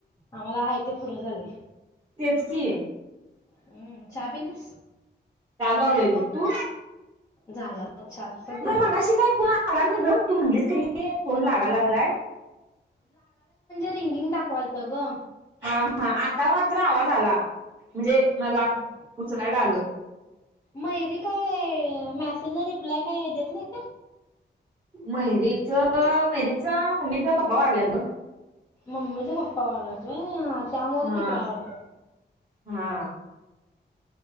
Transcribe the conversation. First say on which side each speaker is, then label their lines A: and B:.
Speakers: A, on the left; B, on the right.
A: आम्हाला आहे ते पूर्ण झाले
B: तेच कि
A: हम्म चाबलीस
B: ला ब त
A: झाला बघ चहा आत्ताच झाला
B: म मगशी काही फोन आला नाही ग तू म्हणेच की फोन लागा लागलाय
A: हिंगिंग दाखवालतगो
B: हा हा आता मात्र आवाज आला म्हणजे
A: हम्म
B: मला उचलायला आलं
A: मयुरी काय मेसेजला रिप्लाय काय देत नाही का
B: मैरीच मैरीचा मम्मीचा पप्पा वाढला त
A: मम्मीच पप्पा वारलात व्हय. त्यामुळे
B: हा
A: ती तिकडं आहे वाटतं
B: हा